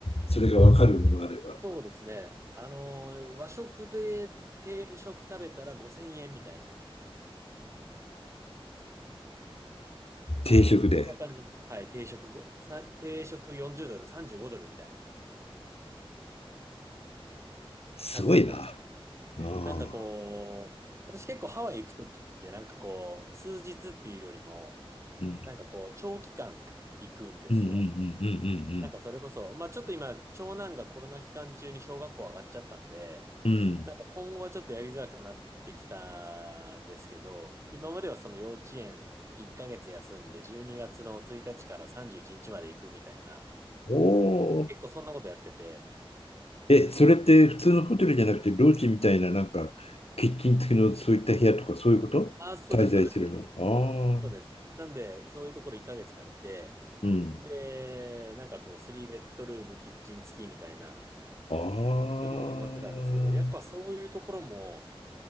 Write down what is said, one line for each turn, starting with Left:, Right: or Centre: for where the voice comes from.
Left: それがわかるものがあれば。
Right: そうですね。あのー、和食で定食食べたら5000円みたいな。
Left: 定食で。
Right: そんな感じ。はい、定食ご、さ、定食40ドル、35ドルみたいな、
Left: すごいな。
Right: 高かったです。
Left: ああ。
Right: なんかこう、私結構ハワイ行くときって、なんかこう、数日っていうよりも、
Left: うん
Right: なんかこう、長期間行くんですよ。
Left: うんうんう
Right: なんかそれこそ、
Left: ん
Right: まあちょっと今、長男がコロナ期間中に小学校上がっちゃったんで、
Left: うんうんうん。うん
Right: なんか今後はちょっとやりづらくなってきたんですけど、今まではその幼稚園1ヶ月休んで、12月の1日から31日まで行くみたいな、
Left: お
Right: 結構そんなことやってて、
Left: え、それって普通のホテルじゃなくて、ロージみたいな、なんか、キッチン付きのそういった部屋とか、そういうこと滞在するの。
Right: ああ、そうです、そうです、そ
Left: ああ、
Right: うです。なんで、そういうところ1ヶ月借りて、
Left: うん。
Right: で、なんかこう、3ベッドルーム、キッチン付きみたいな、
Left: ああ、
Right: そういうとこ泊まってたんですけど、やっぱそういうところも、